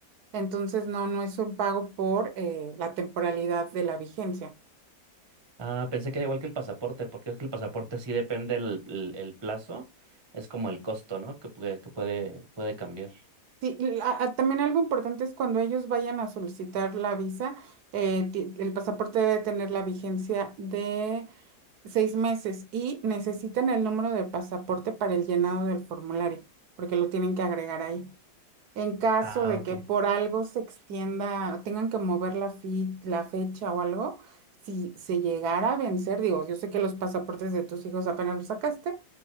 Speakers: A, on the right; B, on the right.
A: Entonces, no, no es un pago por eh, la temporalidad de la vigencia.
B: Ah, pensé que era igual que el pasaporte, porque es que el pasaporte sí depende el, el, el plazo, es como el costo, ¿no? Que, puede- que puede, puede cambiar.
A: Sí, la- ah, también algo importante es cuando ellos vayan a solicitar la visa, eh, ti- el pasaporte debe tener la vigencia de seis meses y necesitan el número de pasaporte para el llenado del formulario, porque lo tienen que agregar ahí. En caso
B: Ah,
A: de
B: ok.
A: que por algo se extienda, tengan que mover la, fi- la fecha o algo, si se llegara a vencer, digo, yo sé que los pasaportes de tus hijos apenas los sacaste,